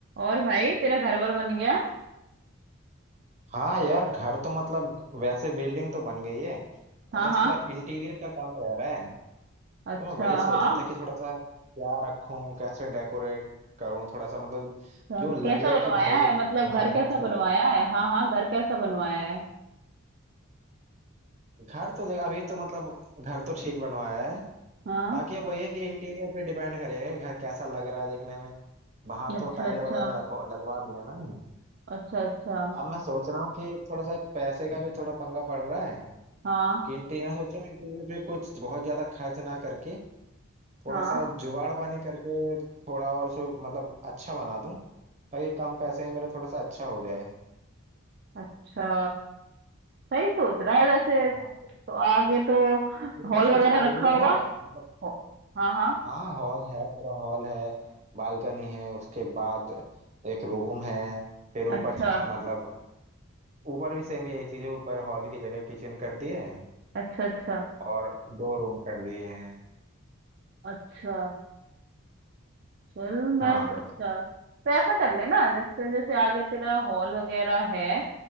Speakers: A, on the right; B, on the right.
A: और भाई तेरा घर वर बन गया
B: हाँ यार घर तो मतलब वैसे बिल्डिंग तो बन गई है
A: हाँ
B: अब बस
A: हाँ
B: थोड़ा इंटीरियर का काम रह रहा है
A: अच्छा
B: तो मैं वही सोच
A: हाँ
B: रहा था कि थोड़ा सा क्या रखूं कैसे डेकोरेट करूं थोड़ा सा मतलब
A: तो
B: जो लगे
A: कैसा
B: कि
A: बनवाया
B: भाई
A: है
B: घर
A: मतलब घर
B: घर
A: कैसा
B: सा
A: बनवाया
B: लगे
A: है हाँ हाँ घर कैसा बनवाया है
B: घर तो देख अभी तो मतलब घर तो ठीक बनवाया है
A: हाँ
B: बाकी अब वही है कि इंटीरियर पे डिपेंड करेगा कि घर कैसा लग रहा है देखने में बाहर
A: अच्छा
B: तो टाइल
A: अच्छा
B: वगैरह लगवा लगवा दिए मैंने
A: अच्छा अच्छा
B: अब मैं सोच रहा हूँ कि थोड़ा सा पैसे का भी थोड़ा पंगा पड़ रहा है
A: हाँ
B: कि इंटीरियर मैं सोच रहा हूँ इंटीरियर पे कुछ बहुत ज्यादा खर्च ना करके थोड़ा
A: हाँ
B: सा जुगाड़ पानी करके थोड़ा और सो मतलब अच्छा बना दूं ताकि कम पैसे में मेरा थोड़ा सा अच्छा हो जाए
A: अच्छा सही सोच रहा है वैसे तो
B: हाँ तो
A: आगे तो
B: तेरे पास
A: हॉल
B: कुछ
A: वगैरह
B: आइडिया
A: रखा होगा
B: है मतलब
A: हो- हाँ हाँ
B: हाँ हॉल है पूरा हॉल है बालकनी है उसके बाद एक रूम है फिर ऊपर
A: अच्छा
B: छ- मतलब ऊपर भी सेम यही चीज है ऊपर हॉल की जगह किचन कर दिए है
A: अच्छा अच्छा
B: और दो रूम कर दिए हैं
A: अच्छा चल मैं
B: हाँ
A: अच्छा तो ऐसा कर लेना जब से जैसे आगे तेरा हॉल वगैरह है